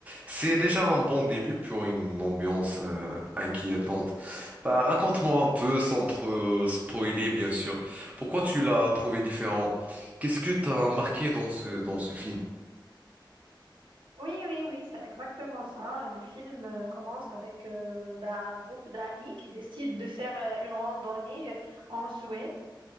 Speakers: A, on the right (about 20°); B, on the right (about 85°).
A: C'est déjà un bon début pour une ambiance euh, inquiétante. Bah, raconte-moi un peu, sans trop spoiler, bien sûr. Pourquoi tu l'as trouvé différent? Qu'est-ce que t'as marqué dans ce, dans ce film?
B: Oui, oui, oui, c'est exactement ça. Le film euh, commence avec euh, bah, un groupe d'amis qui décident de faire euh, une randonnée euh, en Suède.